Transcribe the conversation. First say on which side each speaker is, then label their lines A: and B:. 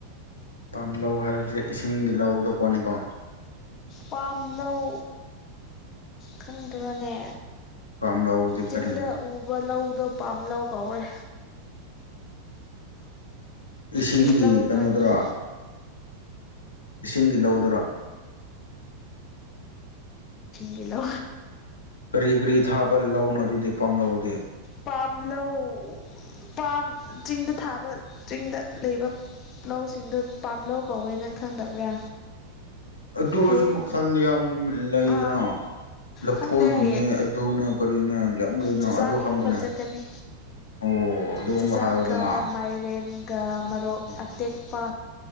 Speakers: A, on the left; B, on the left.
A: ꯄꯥꯝ ꯂꯧ ꯍꯥꯏꯕꯁꯦ ꯏꯁꯤꯡꯒꯤꯗꯤ ꯂꯧꯗ ꯄꯣꯠꯅꯤꯀꯣ
B: ꯄꯥꯝ ꯂꯧ ꯈꯪꯗ꯭ꯔꯅꯦ
A: ꯄꯥꯝꯂꯧꯗꯤ
B: ꯆꯤꯡꯗ
A: ꯀꯔꯤꯅꯣ
B: ꯎꯕ ꯂꯧꯗꯣ ꯄꯥꯝ ꯂꯧ ꯀꯧꯔꯦ
A: ꯏꯁꯤꯡꯒꯤ
B: ꯆꯤꯡ ꯂꯧ
A: ꯀꯩꯅꯣꯗꯨꯔ
B: ꯍꯥꯏꯕꯗꯣ
A: ꯏꯁꯤꯡꯒꯤ ꯂꯧꯗ꯭ꯔꯥ
B: ꯒ ꯂ
A: ꯀꯔꯤ ꯀꯔꯤ ꯊꯥꯕ ꯂꯧꯅꯣ ꯑꯗꯨꯗꯤ ꯄꯥꯝꯂꯛꯧꯗ
B: ꯄꯥꯝ ꯂꯧ ꯄꯥꯝ ꯆꯤꯡꯗ ꯊꯥꯕ ꯆꯤꯡꯗ ꯂꯩꯕ ꯂꯧ ꯂꯧꯁꯤꯡꯗꯨ ꯄꯥꯝ ꯂꯧꯧ ꯀꯧꯋꯦ ꯅꯪ ꯈꯪꯗꯕ꯭ꯔꯥ
A: ꯑꯗꯨ ꯑꯣꯏꯔꯁꯨ
B: ꯍꯌꯦꯡ
A: ꯃꯈꯜ ꯌꯥꯝ ꯂꯩꯗꯅ
B: ꯑ
A: ꯂꯐꯣꯏꯒꯤꯅꯦ
B: ꯈꯪꯗꯦ ꯍꯌꯦꯡ
A: ꯑꯗꯨꯅꯦ ꯀꯔꯤꯅꯦ ꯌꯥꯝ ꯂꯩꯅ
B: ꯆꯤꯖꯥꯛ
A: ꯑꯗꯨ
B: ꯍꯦꯛꯄ
A: ꯍꯪꯕꯅꯦ
B: ꯆꯠꯀꯅꯤ
A: ꯑꯣ ꯑꯗꯨꯒꯨꯝꯕ
B: ꯆꯨꯖꯥꯛꯀ
A: ꯍꯥꯏꯌꯨꯗꯅ
B: ꯃꯥꯏꯔꯦꯟꯒ ꯃꯔꯣꯛ
A: ꯎꯝ
B: ꯑꯇꯦꯛꯄ